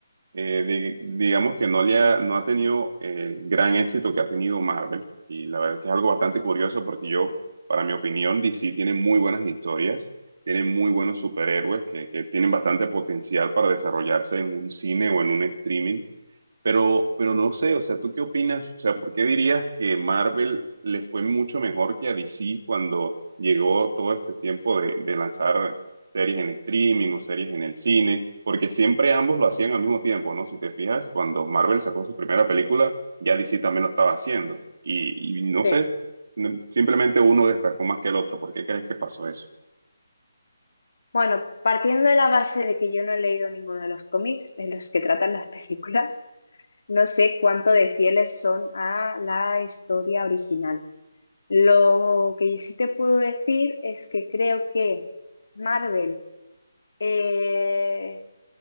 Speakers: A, on the right (about 45°); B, on the left (about 55°).
A: eh, di- digamos que no le ha, no ha tenido el gran éxito que ha tenido Marvel, y la verdad que es algo bastante curioso porque yo, para mi opinión, DC tiene muy buenas historias, tiene muy buenos superhéroes que, que tienen bastante potencial para desarrollarse en un cine o en un streaming, pero, pero no sé, o sea, ¿tú qué opinas? O sea, ¿por qué dirías que Marvel le fue mucho mejor que a DC cuando llegó todo este tiempo de, de lanzar series en streaming o series en el cine? Porque siempre ambos lo hacían al mismo tiempo, ¿no? Si te fijas, cuando Marvel sacó su primera película, ya DC también lo estaba haciendo. Y, y no
B: Sí.
A: sé, no- simplemente uno destacó más que el otro. ¿Por qué crees que pasó eso?
B: Bueno, partiendo de la base de que yo no he leído ninguno de los cómics de los que tratan las películas, no sé cuánto de fieles son a la historia original. Lo que sí te puedo decir es que creo que Marvel eh,